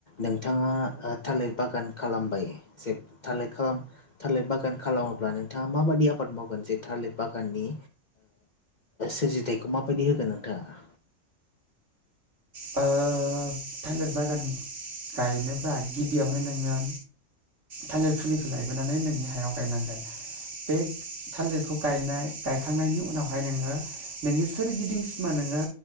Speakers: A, on the left; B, on the right.
A: नोंथाङा थालिर बागान खालामबाय जे थालिर खालाम थालिर बागान खालामोब्ला नोंथाङा माबाददि आबाद मावगोन जे थालिर बागाननि सोरजिथायाइखौ माबायदि होगोन नोंथाङा
B: थालिर बागान गायनोब्ला गिबियावनो नोङो थालिर फुलिखौ लायबोनानै नोंनि हायाव गायनांगोन बे थालिरखौ गायनाय गायखांनायनि उनावहाय नोङो नोंनि सोरगिदिं सिमा नोङो